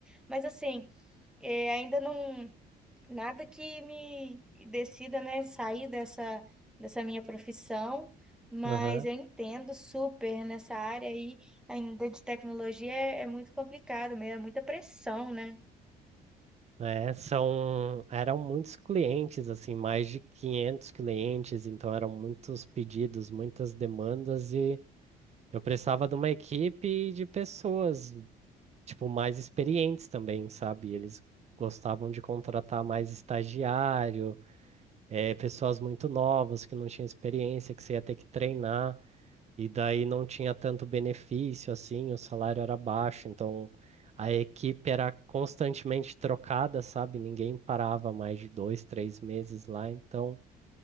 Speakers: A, in the centre; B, on the right.
A: mas assim, é, ainda não nada que me decida, né, sair dessa, dessa minha profissão, mas
B: Aham.
A: eu entendo super nessa área aí, ainda de tecnologia, é, é muito complicado mesmo, é muita pressão, né?
B: É, são, eram muitos clientes, assim, mais de 500 clientes, então eram muitos pedidos, muitas demandas e eu precisava de uma equipe de pessoas, tipo, mais experientes também, sabe? Eles gostavam de contratar mais estagiário, eh, pessoas muito novas que não tinham experiência, que você ia ter que treinar. E daí não tinha tanto benefício assim, o salário era baixo, então a equipe era constantemente trocada, sabe? Ninguém parava mais de dois, três meses lá, então